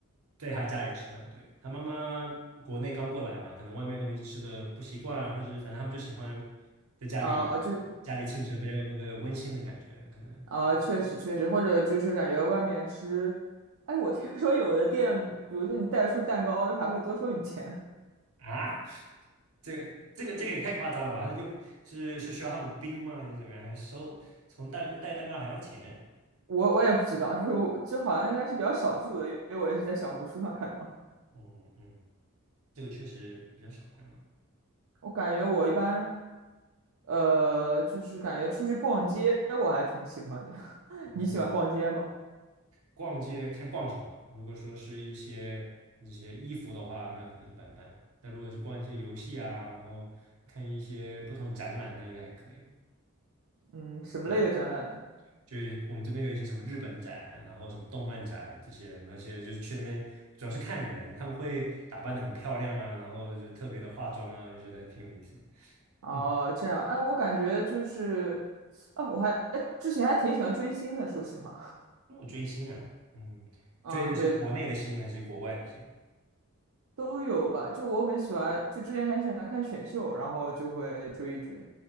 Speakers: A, on the right; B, on the right.
A: 在他家里吃饭。对，他妈妈国内刚过来嘛，可能外面东西吃的不习惯，或是反正他们就喜欢在家里家里庆生，
B: 啊？就
A: 比较有那个温馨的感觉，可能。
B: 啊，确实确实，或者就是感觉外面吃，哎，我听说有的店，比如说你带出蛋糕，还会多收你钱。
A: 啊，这个这个这个也太夸张了吧？他就是是需要他们冰吗？还是怎么样？还收从蛋带蛋糕还要钱？
B: 我我也不知道，就是我就好像应该是比较少数的，因为我也是在小红书上看到。
A: 嗯嗯，这个确实比较少看到。
B: 我感觉我一般呃，就是感觉出去逛街，我还挺喜欢的。<laughs>
A: 嗯嗯
B: 你喜欢逛街吗？
A: 逛街看逛什么。如果说是一些那些衣服的话，那可能一般般。但如果是逛一些游戏啊，然后看一些不同展览，那应该还可以。
B: 嗯，什么类的展览呢？
A: 对，就是我们这边有一些什么日本的展，然后什么动漫展这些，那些就是去那边主要是看人，他们会打扮的很漂亮啊，然后就特别的化妆啊，就觉得挺有意思的。
B: 哦，
A: 嗯，
B: 这样，哎，我感觉就是，啊，我还之前还挺喜欢追星的，说实话，
A: 那我追星啊，嗯，
B: <laughs> 嗯，
A: 追的是国内的星还是国外的星？
B: 对，都有吧。就我很喜欢，就之前很喜欢看选秀，然后就会追一追，